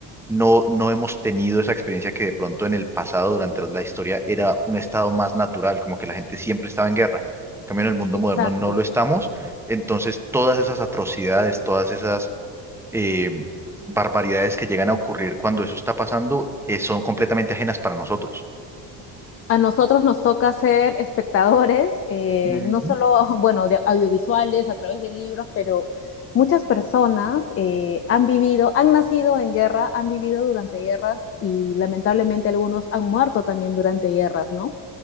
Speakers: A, in the centre; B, on the left.
A: no, no hemos tenido esa experiencia que de pronto en el pasado, durante la historia, era un estado más natural, como que la gente siempre estaba en guerra. En cambio, en el mundo
B: Exacto.
A: moderno no lo estamos. Entonces, todas esas atrocidades, todas esas eh, barbaridades que llegan a ocurrir cuando eso está pasando, eh, son completamente ajenas para nosotros.
B: A nosotros nos toca ser espectadores, eh,
A: Ujú,
B: no solo, <laughs> bueno, de audiovisuales, a través de libros, pero muchas personas eh, han vivido, han nacido en guerra, han vivido durante guerras y lamentablemente algunos han muerto también durante guerras, ¿no?